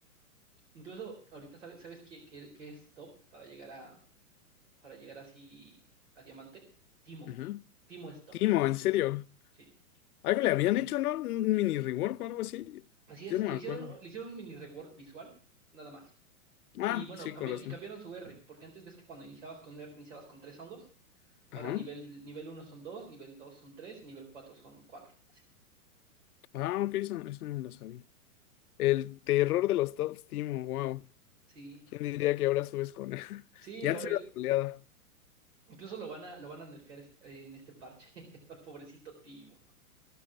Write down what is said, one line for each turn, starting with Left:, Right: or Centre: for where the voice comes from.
Right: Incluso ahorita sabes, ¿sabes qué, qué, qué es top para llegar a, para llegar así a diamante? Timo.
Left: Ujú.
Right: Timo es top.
Left: Timo, en serio.
Right: Sí.
Left: Algo le habían hecho, ¿no? Un mini rework o algo así.
Right: Así es,
Left: Yo no
Right: le
Left: me
Right: hicieron,
Left: acuerdo.
Right: le hicieron un mini rework visual, nada más.
Left: Ah,
Right: Y bueno,
Left: sí,
Right: cambiar,
Left: corazón.
Right: y cambiaron su R, porque antes ves que cuando iniciabas con R iniciabas con tres hongos, ahora
Left: Ajá.
Right: nivel, nivel uno son dos, nivel 2 son tres y nivel cuatro son cuatro, así.
Left: Ah, ok, eso, no- eso no lo sabía. El terror de los top Team, wow.
Right: Sí,
Left: ¿Quién diría que ahora subes con él? <laughs>
Right: sí,
Left: Ya
Right: o-
Left: antes
Right: o-
Left: era troleada.
Right: incluso lo van a, lo van a nerfear est- en este parche, <laughs> al pobrecito tío,